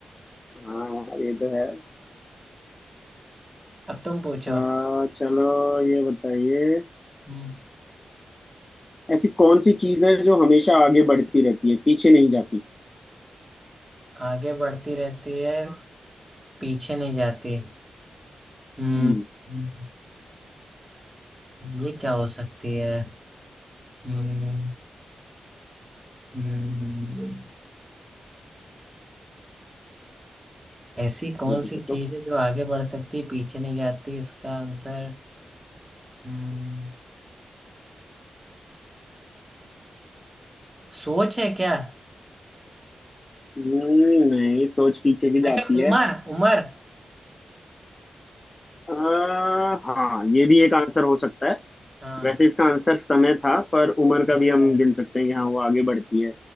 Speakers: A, on the left; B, on the right.
A: हाँ यार ये तो है
B: अब तुम पूछो
A: आ, चलो ये बताइए
B: हम्म
A: ऐसी कौन सी चीज है जो हमेशा आगे बढ़ती रहती है पीछे नहीं जाती
B: आगे बढ़ती रहती है पीछे नहीं जाती हम्म
A: हम्म
B: हम्म, ये क्या हो सकती है हम्म हम्म ऐसी कौन
A: सोचो
B: सी
A: सोचो
B: चीज है जो आगे बढ़ सकती है पीछे नहीं जाती इसका आंसर हम्म सोच है क्या
A: हम्म, नहीं सोच पीछे की जाती
B: अच्छा
A: है
B: उमर उमर
A: आ, हाँ ये भी एक आंसर हो सकता है
B: हाँ
A: वैसे इसका आंसर समय था पर उम्र का
B: अच्छा
A: भी हम गिन सकते हैं कि हाँ वो आगे बढ़ती है